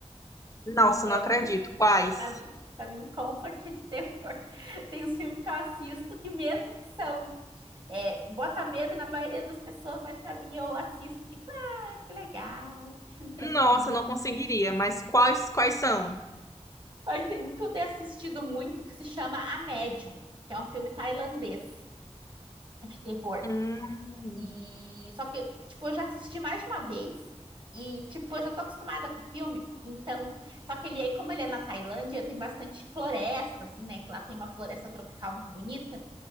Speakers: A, on the left; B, on the right.
A: Nossa,
B: Eu,
A: não acredito. Quais?
B: pra, mim- pra mim, comfort é de terror. <laughs> Tem uns filmes que eu assisto que mesmo que são, é, bota medo na maioria das pessoas, mas pra mim eu assisto, e fico, ah, que legal, que filme tranquilo.
A: Nossa, não conseguiria. Mas quais, quais são?
B: Aí tem um que eu tenho assistido muito que se chama A Médium, que é um filme tailandês é de terror.
A: Hum.
B: E só que, tipo, eu já assisti mais de uma vez e, tipo, eu já tô acostumada com o filme, então, só que ele aí, como ele é na Tailândia, tem bastante floresta, assim, né? Que lá tem uma floresta tropical muito bonita.